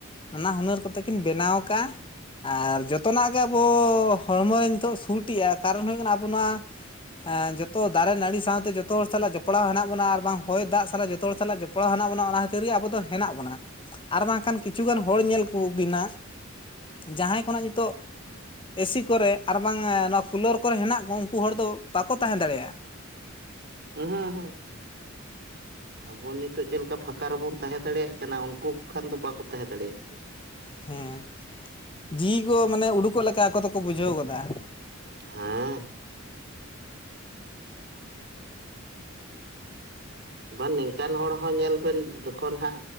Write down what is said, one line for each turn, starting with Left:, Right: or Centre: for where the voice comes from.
Left: ᱱᱟᱱᱟ ᱦᱩᱱᱟᱹᱨ ᱠᱚᱛᱮ ᱠᱤᱱ ᱵᱮᱱᱟᱣ ᱠᱟᱜᱼᱟ ᱟᱨ ᱡᱚᱛᱚᱱᱟᱜ ᱜᱮ ᱟᱵᱚ ᱦᱚᱲᱢᱚᱨᱮ ᱱᱤᱛᱚᱜ ᱥᱩᱴ ᱮᱜᱼᱟ ᱠᱟᱨᱚᱱ ᱦᱩᱭᱩᱜ ᱠᱟᱱᱟ ᱟᱵᱚ ᱱᱚᱣᱟ ᱮᱸ ᱡᱚᱛᱚ ᱫᱟᱨᱮ ᱱᱟᱹᱲᱤ ᱥᱟᱶᱛᱮ ᱡᱚᱛᱚ ᱦᱚᱲ ᱥᱟᱞᱟᱜ ᱡᱚ ᱡᱚᱯᱲᱟᱣ ᱦᱮᱱᱟᱜ ᱵᱚᱱᱟ ᱟᱨ ᱵᱟᱝ ᱦᱚᱭ ᱫᱟᱜ ᱥᱟᱞᱟᱜ ᱡᱚᱛᱚ ᱦᱚᱲ ᱥᱟᱞᱟᱜ ᱡᱚᱯᱲᱟᱣ ᱦᱮᱱᱟᱜ ᱵᱚᱱᱟ ᱚᱱᱟ ᱠᱷᱟᱹᱛᱤᱨ ᱜᱮ ᱟᱵᱚ ᱫᱚ ᱦᱮᱱᱟᱜ ᱵᱚᱱᱟ ᱟᱨ ᱵᱟᱝ ᱟᱱ ᱠᱤᱪᱷᱩᱜᱟᱱ ᱦᱚᱲ ᱧᱮᱞ ᱠᱚ ᱵᱤᱱᱟ ᱡᱟᱦᱟᱸᱭ ᱠᱷᱚᱱᱟᱜ ᱧᱤᱛᱚᱜ ᱮᱥᱤ ᱠᱚᱨᱮ ᱟᱨ ᱵᱟᱝ ᱮᱸ ᱱᱚᱣᱟ ᱠᱩᱞᱟᱨ ᱠᱚᱨᱮ ᱦᱮᱱᱟᱜ ᱠᱚᱣᱟ ᱩᱱᱠᱩ ᱦᱚᱲ ᱫᱚ ᱵᱟᱠᱚ ᱛᱟᱦᱮᱸ ᱫᱟᱲᱮᱭᱟᱜᱼᱟ <inaudible>
Right: ᱩᱸᱦᱩ ᱩᱸᱦᱩ ᱟᱵᱚ ᱱᱤᱛᱚᱜ ᱪᱮᱫ ᱞᱮᱠᱟ ᱯᱷᱟᱸᱠᱟ ᱨᱮᱵᱚᱱ ᱛᱟᱦᱮᱸ ᱫᱟᱲᱮᱭᱟᱜ ᱠᱟᱱᱟ ᱩᱱᱠᱩ ᱠᱚ ᱠᱷᱟᱱ ᱫᱚ ᱵᱟᱠᱚ ᱛᱟᱦᱮᱸ ᱫᱟᱲᱮᱭᱟᱜ ᱠᱮᱭᱟ
Left: ᱦᱮᱸ ᱡᱤᱣᱤ ᱠᱚ ᱢᱟᱱᱮ ᱩᱰᱩᱠᱚᱜ ᱞᱮᱠᱟ ᱟᱠᱚ ᱫᱚᱠᱚ ᱵᱩᱡᱷᱟᱹᱣ ᱜᱚᱫᱟ
Right: ᱦᱮᱸ ᱵᱟᱝ ᱱᱤᱝᱠᱟᱱ ᱦᱚᱲ ᱦᱚᱸ ᱧᱮᱞ ᱵᱮᱱ ᱡᱚ ᱡᱚᱠᱷᱚᱱ ᱦᱟᱸᱜ